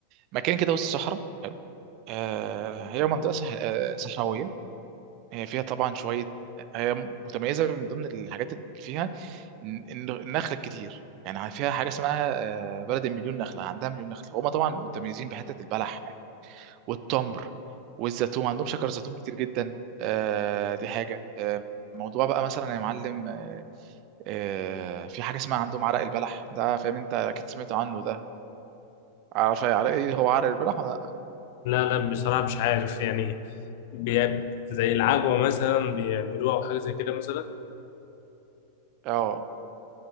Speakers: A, on the right; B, on the left.
A: مكان كده وسط الصحراء حلو آه هي منطقه صح... آه صحراويه هي فيها طبعا شوية هي متميزة من ضمن الحاجات اللي فيها إن- إن النخل كتير يعني فيها حاجة اسمها آه، بلد المليون نخلة عندها مليون نخلة هما طبعا متميزين بحتة البلح والتمر والزيتون عندهم شجر زيتون كتير جدا آه، دي حاجة آه، موضوع بقى مثلا يا معلم آه، آه، في حاجة اسمها عندهم عرق البلح ده فاهم انت اكيد سمعت عنه ده عارف عرق ايه هو عرق البلح ولا لأ؟
B: لا لا بصراحة مش عارف يعني بي- زي العجوة مثلا بيعملوها او حاجة زي كده مثلا
A: اه